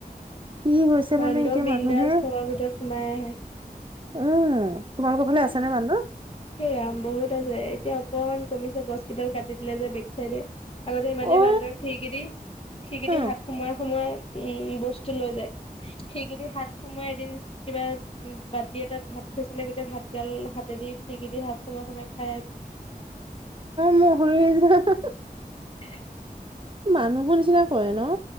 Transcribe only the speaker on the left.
বান্দৰ
বিন্দাজ
ঘৰৰ ভিতৰত সোমাই আহে
সেই,
সেয়া বহুত আছে এতিয়া অকমান কমিছে গছ কেইডাল কাটি দিলে যে বেক চাইডে। আগতে ইমানেই
বান্দৰ খিৰিকিদি, খিৰিকিদি
হাত সোমোৱাই সোমোৱাই উম, বস্তু লৈ যায়। খিৰিকিদি হাত সোমায় এদিন কিবা বাতি এটাত ভাত থৈছিলে, গোটেই ভাত গাল হাতেদি খিৰকিদি হাত সোমায় সোমায় খাই
<unintelligible>